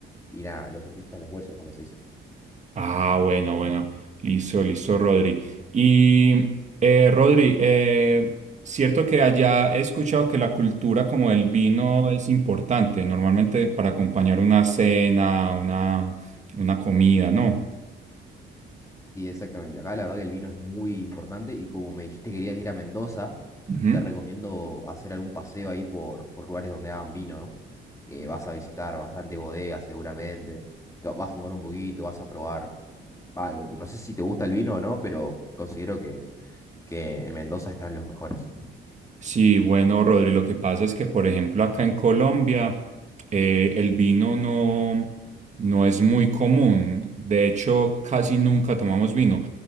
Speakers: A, on the left (about 15°); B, on the right (about 35°).
A: y nada, lo sentís hasta en los huesos, como se dice.
B: Ah, bueno, bueno. Listo, listo, Rodri. Y eh, Rodri, eh, cierto que allá he escuchado que la cultura como el vino es importante, normalmente para acompañar una cena, una, una comida, ¿no?
A: Sí, exactamente. Acá la verdad que el vino es muy importante y como me dijiste que querías ir a Mendoza,
B: Ujú.
A: te recomiendo hacer algún paseo ahí por, por lugares donde hagan vino, ¿no? Eh, vas a visitar bastante bodegas seguramente, te vas a tomar un poquito, vas a probar ah, no sé si te gusta el vino o no, pero considero que, que en Mendoza están los mejores.
B: Sí, bueno, Rodri, lo que pasa es que, por ejemplo, acá en Colombia, eh, el vino no, no es muy común. De hecho, casi nunca tomamos vino.